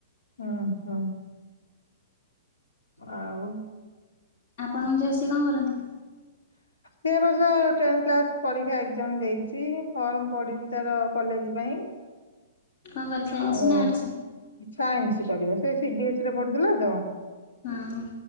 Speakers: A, on the left (about 80°); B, on the left (about 55°).
A: ଓହୋ। ଆଉ?
B: ଆପଣଙ୍କ ଝିଅ ସିଏ କଣ କରନ୍ତି?
A: ସେ ବର୍ଷ ଟେନ କ୍ଲାସ ପରୀକ୍ଷା ଏକ୍ସଜାମ ଦେଇଛି ଫର୍ମ ପଡିଛି ତାର କଲେଜ ପାଇଁ
B: କଣ କରେ ସାଇନ୍ସ
A: ଆଉ
B: ନା ଆର୍ଟସ?
A: ସାଇନ୍ସ କରିବ ସେ ସି ବି ଏସ ପଢୁଥିଲା ତ
B: ହଁ।